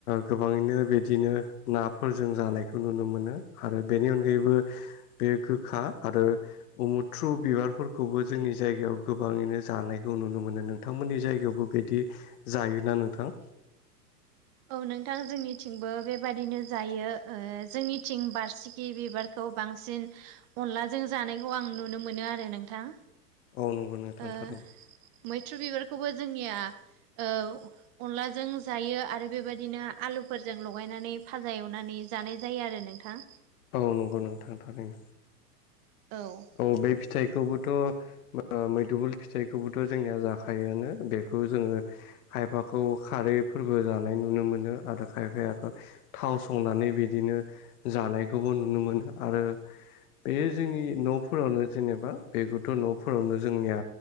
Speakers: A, on the left; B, on the right.
A: गोबाङैनो बिदिनो नाफोर जों जानायखौ नुनो मोनो आरो बेनि अनगायैबो बे गोखा आरो अ मुथ्रु बिबारफोरखौबो जोंनि जायगायाव गोबाङैनो जानायखौ नुनो मोनो नों नोंथांमोननि जायगायावबो बिदि जायोना नोंथां?
B: औ नोंथां जोंनिथिंबो बेबादिनो जायो। ओ जोंनिथिं बारसिखि बिबारख खौ बांसिन अनलाजों जानायखौ आं नुनो मोनो आरो नोंथां।
A: औ नंगौ नोंथां
B: ओ
A: थांरैनो।
B: मैथ्रु बिबारखौबो जोंनिया ओ अनलाजों ओ जायो आरो बेबायदिनो आलुफोरजों लगायनानै भाजा एवनानै जानाय जायो आरो नोंथां।
A: औ नंगौ नों थारैनो।
B: औ।
A: औ बे फिथाइखौबोथ ओ मैदुफुल फिथाइखौबोथ जोंनिया जाखायोआनो बेखौ जोङो खायफाखौ खारै फोरबो जानाय नुनो मोनो आरो खायफायाथ' थाव संनानै बिदिनो जानायखौबो नुनो मोनो आरो बे जोंनि न'फोरावनो जेनेबा बे गथ' न'फोरावनो जोंनिया